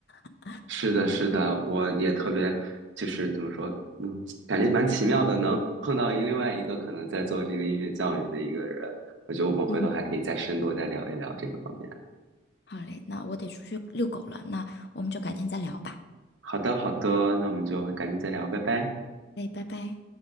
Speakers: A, on the left (about 55°); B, on the right (about 80°).
A: <laughs>
B: 是的，是的，我也特别就是怎么说，嗯，感觉蛮奇妙的，能碰到一另外一个可能在做这个音乐教育的一个人，我觉得我们回头还可以再深度再聊一聊这个方面。
A: 嗯，好嘞，那我得出去遛狗了，那我们就改天再聊吧。
B: 好的，好的，那我们就改天再聊，拜拜。
A: 哎，拜拜。